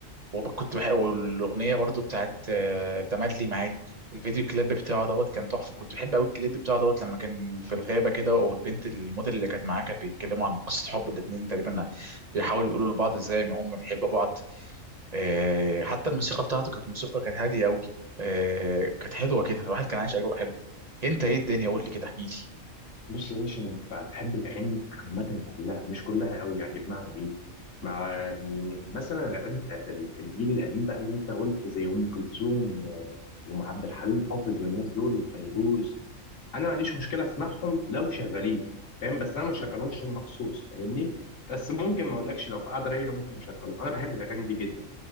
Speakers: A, on the right; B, on the left.
A: وكنت بحب والاغنيه برضو بتاعت آه، تملي معاك الفيديو كليب بتاعه دوت كان تحفه كنت بحب قوي الكليب بتاعه دوت لما كان في الغابه كده والبنت الموديل اللي كانت معاه كانت بيتكلموا عن قصه حب الاتنين تقريبا بيحاولوا يقولوا لبعض ازاي ما هم بيحبوا بعض آه، حتى الموسيقى بتاعته كانت موسيقى كانت هاديه قوي آه، كانت حلوه كده الواحد كان عايش اجواء حلو انت ايه الدنيا قول لي كده احكي لي
B: بص يا باشا أنا ب- بحب الأغاني عامة كلها مش كلها أوي يعني بمعنى إيه؟ مع يعني مثلا الأغاني بتاعت ال- الجيل القديم بقى اللي أنت قلت زي أم كلثوم و- وأم عبد الحليم حافظ والناس دول وفيروز أنا ما عنديش مشكلة أسمعهم لو شغالين فاهم بس أنا ما شغلهمش مخصوص فاهمني؟ بس ممكن ما أقولكش لو في قعدة رايقة ممكن أشغلهم أنا بحب الأغاني دي جدا